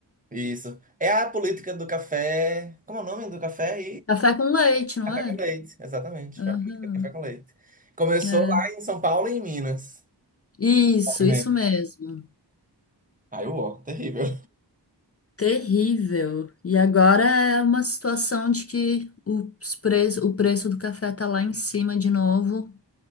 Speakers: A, on the right; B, on the left.
A: Isso. É a política do café. Como é o nome do café?
B: Café com leite, não
A: Café
B: era?
A: com leite, exatamente.
B: Aham.
A: Foi a política do café com leite. Começou
B: É.
A: lá em São Paulo e em Minas.
B: Isso,
A: Primeiro.
B: isso mesmo.
A: Aí o ó, terrível.
B: Terrível. E agora é uma situação de que os preço, o preço do café tá lá em cima de novo.